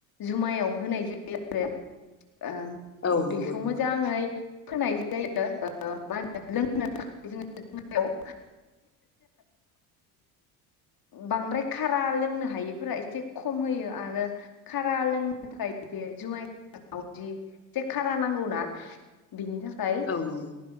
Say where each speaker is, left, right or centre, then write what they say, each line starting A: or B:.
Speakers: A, on the left; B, on the left.
A: जुमायाव होनाय जायो आरो ओ
B: औ नंगौ
A: बेखौ
B: नोंथां
A: मोजाङै फोनाय जायो मा होनो लोंनो थाखाय <unintelligible> बांद्राय खारा लोंनो हायिफोरा एसे खम होयो आरो खारा लोंनो थाखाय बिदि जुमायदि जे खारा नांगौना बिनि थाखाय
B: औ नंगौ औ नंगौ